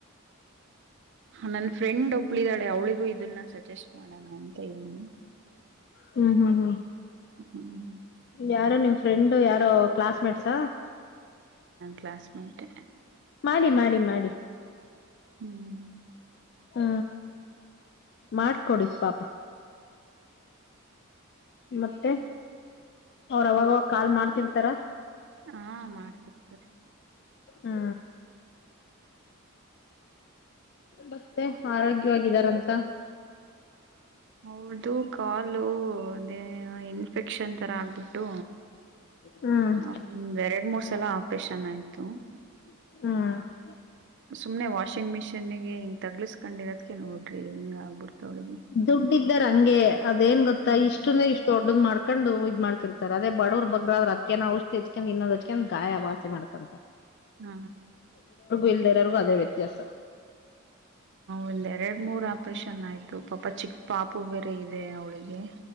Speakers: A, on the right; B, on the left.
A: ನನ್ ಫ್ರೆಂಡ್ ಒಬ್ಳಿದಾಳೆ ಅವ್ಳಿಗೂ ಇದನ್ನ ಸಜೆಸ್ಟ್ ಮಾಡೋಣ ಅಂತ ಇದೀನಿ
B: ಹ್ಮ್ ಹ್ಮ್ ಹ್ಮ್
A: ಹ್ಮ್
B: ಯಾರು ನಿಮ್ ಫ್ರೆಂಡ್ ಯಾರೋ ಕ್ಲಾಸ್ಮೇಟ್ಸ್
A: ಕಲಸ್ಮೆಟ್
B: ಮಾಡಿ ಮಾಡಿ ಮಾಡಿ
A: ಹ್ಮ್
B: ಹಾ ಮಾಡ್ಕೊಡಿ ಪಾಪ ಮತ್ತೆ ಅವ್ರಾಗವಾಗ ಕಾಲ್ ಮಾಡ್ತಿರ್ತಾರ
A: ಹಾ ಮಾಡ್ತಿರ್ತಾರೆ
B: ಹಾ ಮತ್ತೆ ಆರೋಗ್ಯವಾಗಿದಾರಂತ
A: ಹೌದದು ಕಾಲು ಅದೇ ಇನ್ಫೆಕ್ಷನ್ ತರ ಆಗ್ಬಿಟ್ಟು
B: ಹ್ಮ್
A: ಒಂದ್ ಎರಡ್ ಮೂರ್ ಸಲ ಆಪ್ರೇಷನ್ ಆಯ್ತು
B: ಹ್ಮ್
A: ಸುಮ್ನೆ ವಾಷಿಂಗ್ ಮಿಷೀನ್ ಗೆ ಹಿಂಗ ತಗ್ಲಸ್ಕೊಂಡಿರೋದಕ ನೋಡ್ರಿ ಹಿಂಗ ಆಗ್ಬಿಡ್ತ ಅವಳಿಗೆ
B: ದುಡ್ಡ್ದಾರ ಹಂಗೆ ಅದೇನ್ ಗೊತ್ತಾ
A: ಹ್ಮ್
B: ಇಷ್ಟುನ ಇಷ್ಟು ದೊಡ್ಡದ ಮಾಡ್ಕೊಂಡು ಇದ್ ಮಾಡ್ತಿರ್ತಾರೆ ಅದ ಬಡವರು ಬ್ರ್ರ ಅದಕ್ಕನ ಔಷಧಿಚ್ಕ್ ಇನ್ನೊ್ ಹಚ್ಕ್ ಗಾಯ ವಚಿ ಮಾಡ್ತಾರೆ <unintelligible>
A: ಹ್ಮ
B: ಇಲ್ದ ಇರೋರ್ಗೂ ಅದೇ ವ್ಯತ್ಯಾಸ
A: ಒಂದ್ ಎರಡ್ ಮೂರ್ ಆಪ್ರೇಷನ್ ಆಯ್ತು ಪಾಪ ಚಿಕ್ಕ ಪಾಪು ಬೇರೆ ಇದೆ ಅವಳಿಗೆ